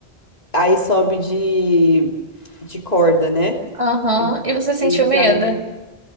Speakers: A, on the left (about 40°); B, on the right (about 30°).
A: aí sobe de, de corda, né?
B: Aham.
A: Ele
B: E você sentiu
A: ele já
B: medo?
A: leva.